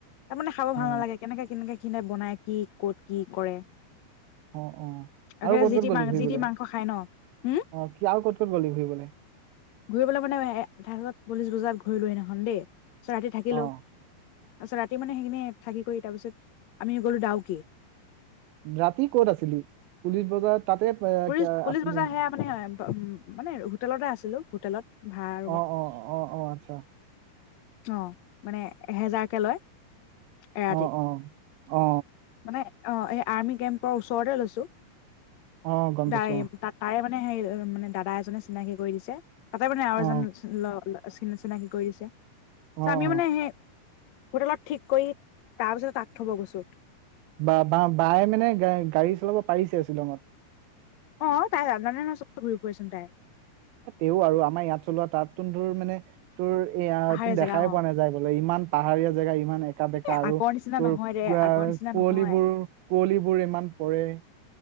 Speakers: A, on the left; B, on the right.
A: তাৰমানে খাব
B: অ
A: ভাল নালাগে। কেনেকে কেনেকে কিনে বনাই কি ক'ত কি কৰে।
B: অ', অ',
A: একেবাৰে
B: আৰু ক'ত
A: যি
B: ক'ত
A: টি
B: গলি
A: মাং
B: ঘূৰিবলে
A: যি টি
B: অ'
A: মাংস খায় ন। উম,
B: কি আৰু ক'ত ক'ত গ'লি ঘূৰিবলে?
A: ঘূৰিবলৈ মানে হে হে পুলিছ বজাত ঘূৰিলো সেইদিনাখন দেই, তাৰপিছত ৰাতি থাকিলো।
B: অ
A: তাৰপাছত ৰাতি মানে সেইখিনি থাকি কৰি তাৰপিছত আমি গ'লো ডাউকী।
B: ৰাতি ক'ত আছিলি পুলিচ বজাৰৰ তাতে
A: পুলিচ পুলিচ
B: আছিলি
A: বজাৰ সেয়া মানে উম মানে হোটেলতে আছিলো হোটেলত ভাড়া ৰুমত।
B: অ অ অ অ আচ্ছা
A: অ', মানে এহেজাৰকে লয় এৰাতিত।
B: অ অ অ
A: মানে অ' এই আৰ্মি কেম্পৰ ওচৰতে লৈছো
B: অ গম পাইছো
A: তাই
B: অ
A: তাত তাৰে মানে সেই মানে দাদা এজনে চিনাকি কৰি দিছে। তাতে মানে
B: অ
A: আৰু এজন অ' চিন চিনাকি কৰি দিছে।
B: অ অ
A: চ' আমি মানে সেই হোটেলত ঠিক কৰি, তাৰ পিছত তাক থব গৈছো।
B: বা বা বায়ে মানে গা গা গাড়ী চলাব পাৰিছে শ্বিলঙত?
A: অ' তাই জানে নহয় চবতে ঘূৰি ফুৰেচোন তাই
B: তেওঁ আৰু আমাৰ ইয়াত চলোৱা তাত তোন তোৰ মানে তোৰ এয়া
A: পাহাৰীয়া
B: টো দেখাই
A: জেগা অঁ
B: পোৱা নাযায়। বোলে ইমান পাহাৰীয়া জেগা ইমান একা বেকা
A: এ
B: আৰু
A: আগৰ নিচিনা
B: তোৰ
A: নহয় দে
B: কুঁৱলী
A: আগৰ নিচিনা নহয়
B: বোৰো কুঁৱলীবোৰ ইমান পৰে